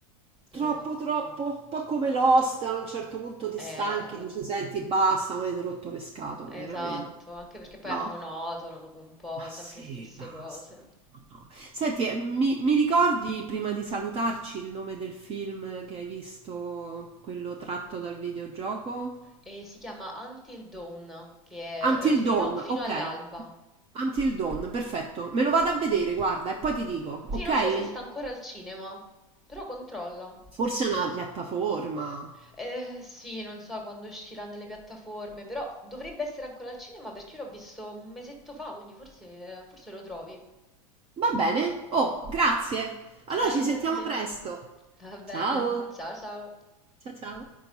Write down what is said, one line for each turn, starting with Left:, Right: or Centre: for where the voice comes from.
Centre: Dovevano.
Right: Troppo, troppo, un po' come Lost, a un certo punto ti
Centre: Eh,
Right: stanchi, dici, senti, basta, mi avete rotto le scatole,
Centre: esatto,
Right: veramente.
Centre: anche perché poi
Right: No,
Centre: è monotono, dopo un po'
Right: ma
Centre: vanno
Right: sì,
Centre: sempre le stesse
Right: basta.
Centre: cose.
Right: no, no. Senti, eh, mi, mi ricordi prima di salutarci il nome del film che hai visto, quello tratto dal videogioco?
Centre: E si chiama Until Dawn, che è
Right: Until
Centre: eh, fino,
Right: Dawn,
Centre: fino
Right: ok.
Centre: all'alba.
Right: Until Dawn, perfetto. Me lo vado a vedere, guarda, e poi ti dico,
Centre: Sì,
Right: ok?
Centre: non so se sta ancora al cinema, però controlla.
Right: Forse è una piattaforma.
Centre: Eh, sì, non so quando uscirà nelle piattaforme, però dovrebbe essere ancora al cinema perché io l'ho visto un mesetto fa, quindi forse, forse lo trovi.
Right: Va bene. Oh, grazie. Allora
Centre: Grazie
Right: ci sentiamo
Centre: a te.
Right: presto. Va
Centre: Va bene.
Right: Ciao. bene.
Centre: Ciao ciao.
Right: Ciao ciao.